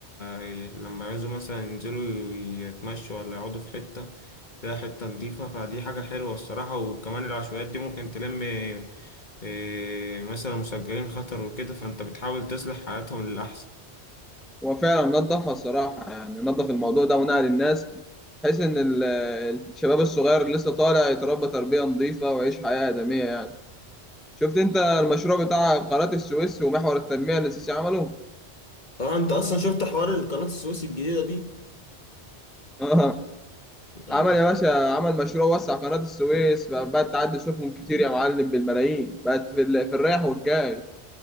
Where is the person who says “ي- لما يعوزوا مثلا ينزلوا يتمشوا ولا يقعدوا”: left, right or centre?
Left